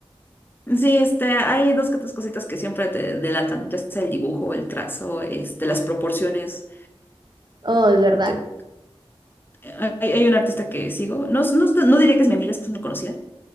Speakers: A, on the left; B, on the right.
A: Sí, este, hay dos que tres cositas que siempre te delatan, ya sea el dibujo, el trazo, este, las proporciones.
B: Oh, es verdad.
A: Te- eh, hay, hay un artista que sigo, no, no, no diría que es mi amiga, es que es una conocida,